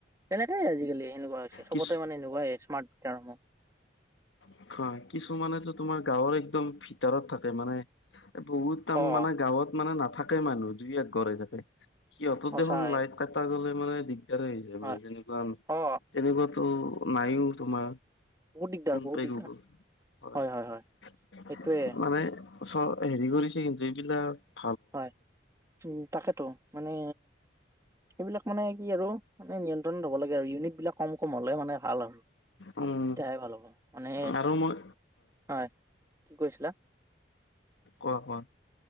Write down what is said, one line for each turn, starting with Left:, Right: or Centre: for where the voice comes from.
Right: কেনেকাইে আজিকালি সেনেকুৱা হৈছে, চবতে
Left: কিছু
Right: মানে এনেকুৱাই, স্মাৰ্ট মিটাৰ ন! <inaudible>
Left: অ', কিছুমানেতো তোমাৰ গাঁৱৰ একদম ভিতৰত থাকে মানে বহুত একদম
Right: অ
Left: মানে গাঁৱত মানে নাথাকে মানুহ দুই এক ঘৰেই থাকে, সিহঁতৰ
Right: সঁচাই
Left: দেখোন লাইট কটা গ'লে মানে দিগদাৰ হৈ যায়
Right: হয়
Left: মানে তেনেকুৱা
Right: অ
Left: তেনেকুৱাতো নাইও তোমাৰ।
Right: বহুত দিগদাৰ
Left: <unintelligible>
Right: দিগদাৰ হয় হয় হয় সেইটোয়ে
Left: মানে চ' হেৰিওঁ দিছে <unintelligible>
Right: হয়, উম, তাকেতো মানে সেইবিলাক মানে কি আৰু মানে নিয়ন্ত্ৰণত হব লাগে, আৰু ইউনিট বিলাক কম কম হলে মানে ভাল আৰু। <unintelligible>
Left: উম
Right: ভাল হ'ব মানে
Left: আৰু মই
Right: হয়, কি কৈছিলা?
Left: কোৱা কোৱা।